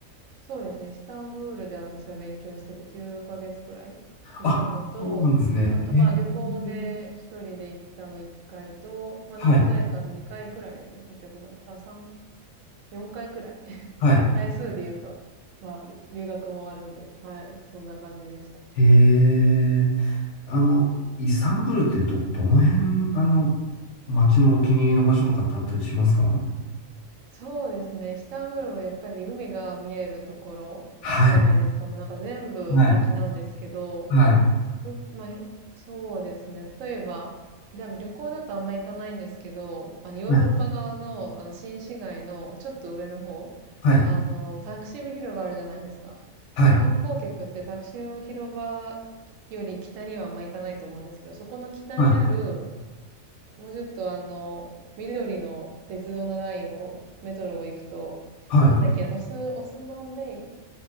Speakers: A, on the right (about 70°); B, on the left (about 65°).
A: そうですね。イスタンブールで私は勉強してて9ヶ月くらいいたのと、
B: あ、そうなんですね。
A: あとまあ旅行で一人で行ったの1回と、
B: えー
A: まあ何回かあと2回くらいですね。
B: はい。
A: 行ったことある。あ、3、4回くらい。
B: はい。
A: <laughs> 回数で言うと、まあり留学もあるんで、はい。そんな感じでした。
B: へえ。あの、イスタンブールってど、どの辺、あの、街のお気に入りの場所とかってあったりしますか
A: そうですね。イスタンブールはやっぱり海が見えるところじゃないですか。
B: はい。
A: もうなんか全部素敵なんですけど、
B: はい。はい。
A: よく、まあ、へそうですね。例えば、であの旅行だとあんま行かないんですけど、あのヨーロッパ側の、
B: はい。
A: あの新市街のちょっと上の方、
B: はい。
A: あの、タクシム広場あるじゃないですか。
B: はい。
A: 観光客ってタクシム広場より北にはあんま行かないと思うんですけど、そこの北にある
B: はい。
A: もうちょっとあの、緑の鉄道のラインを、メトロを行くと、
B: はい。
A: なんだっけな、オス、オスマンベイっ